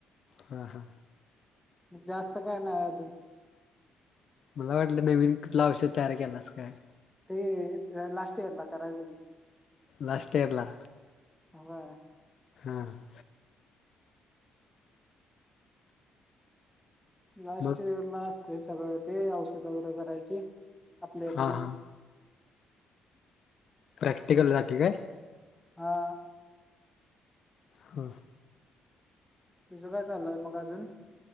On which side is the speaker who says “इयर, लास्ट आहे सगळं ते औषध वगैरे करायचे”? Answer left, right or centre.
Centre